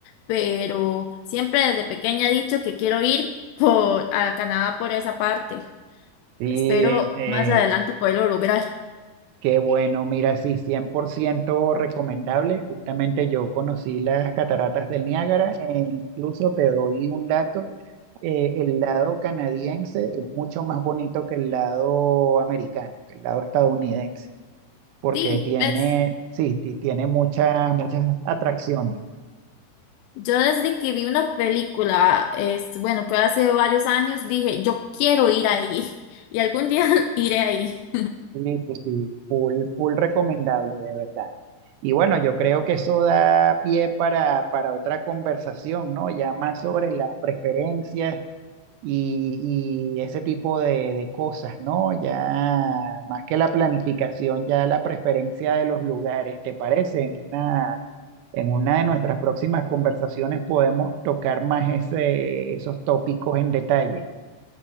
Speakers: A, on the left; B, on the right.
A: pero siempre desde pequeña he dicho que quiero ir por a Canadá por esa parte.
B: sí,
A: Espero
B: eh,
A: más adelante poderlo lograr.
B: qué bueno, mira, sí, 100% recomendable. Justamente yo conocí las cataratas del Niágara e incluso te doy un dato, eh, el lado canadiense es mucho más bonito que el lado americano, que el lado estadounidense, porque
A: Sí,
B: tiene,
A: pues
B: sí, ti- tiene muchas, muchas atracciones.
A: yo desde que vi una película, es, bueno, fue hace varios años, dije, yo quiero ir ahí <laughs> y algún día <laughs> iré ahí.
B: Sí, sí, sí, full, full recomendable, de verdad. Y bueno, yo creo que eso da pie para, para otra conversación, ¿no? Ya más sobre las preferencias y, y ese tipo de, de cosas, ¿no? Ya más que la planificación, ya la preferencia de los lugares, ¿te parece? En una, en una de nuestras próximas conversaciones podemos tocar más ese, esos tópicos en detalle.